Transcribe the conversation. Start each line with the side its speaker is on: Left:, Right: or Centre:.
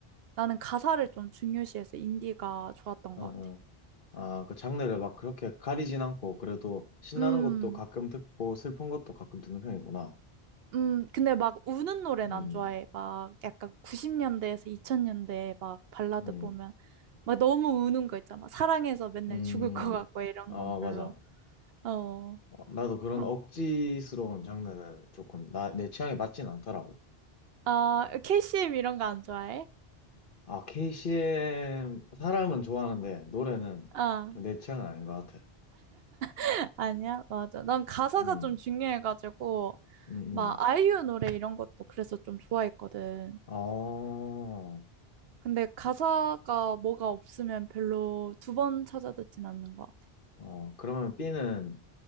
Right: 나는 가사를 좀 중요시해서 인디가 좋았던
Left: 아,
Right: 것 같아.
Left: 아, 아, 그 장르를 막 그렇게 가리진 않고, 그래도 신나는
Right: 음,
Left: 것도 가끔 듣고, 슬픈 것도 가끔 듣는 편이구나.
Right: 음, 근데 막 우는 노래는
Left: 음,
Right: 안 좋아해. 막 약간 90년대에서 2000년대 막 발라드
Left: 음,
Right: 보면 막 너무 우는 거 있잖아. 막 사랑해서 맨날
Left: 음,
Right: 죽을 것 같고 이런
Left: 아,
Right: 건
Left: 맞아.
Right: 별로. 어,
Left: 어, 나도 그런
Right: 그럼,
Left: 억지스러운 장르는 조금 나, 내 취향에 맞진 않더라고.
Right: 아, KCM 이런 거 안 좋아해?
Left: 아, KCM 사람은 좋아하는데 노래는
Right: 아,
Left: 좀 내 취향은 아닌 것 같아.
Right: <laughs> 아니야? 맞아. 난 가사가
Left: 음,
Right: 좀 중요해가지고
Left: 음,
Right: 막
Left: 음.
Right: 아이유 노래 이런 것도 그래서 좀 좋아했거든.
Left: 어,
Right: 근데 가사가 뭐가 없으면 별로 두 번 찾아 듣진 않는 것 같아.
Left: 어, 그러면 B는